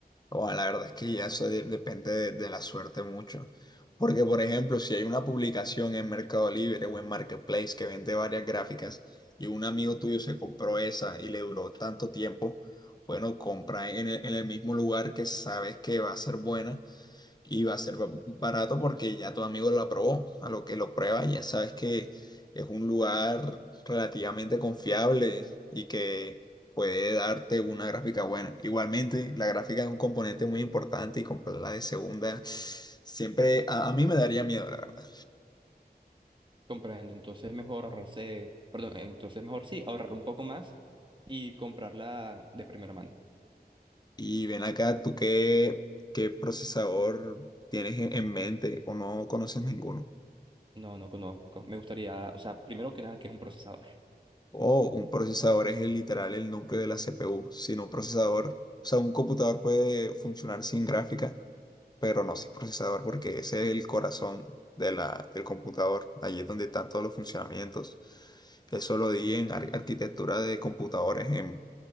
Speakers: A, on the left (about 25°); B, on the right (about 30°).
A: O la verdad es que ya eso de- depende de, de la suerte mucho. Porque, por ejemplo, si hay una publicación en Mercado Libre o en Marketplace que vende varias gráficas y un amigo tuyo se compró esa y le duró tanto tiempo, bueno, compra en el, en el mismo lugar que sabes que va a ser buena y va a ser ba- barato porque ya tu amigo lo aprobó. A lo que lo prueba, ya sabes que es un lugar relativamente confiable y que puede darte una gráfica buena. Igualmente, la gráfica es un componente muy importante y comprarla de segunda siempre a, a mí me daría miedo, la verdad.
B: Comprando, entonces mejor ahorrarse, perdón, entonces mejor sí, ahorrar un poco más y comprarla de primera mano.
A: Y ven acá, ¿tú qué, qué procesador tienes en en mente o no conoces ninguno?
B: No, no conozco. Me gustaría, o sea, primero que nada, que es un procesador.
A: O un procesador es el literal el núcleo de la CPU. Sin un procesador, o sea, un computador puede funcionar sin gráfica, pero no sin procesador, porque ese es el corazón de la, del computador. Allí es donde están todos los funcionamientos. Eso lo di en ar- arquitectura de computadores en,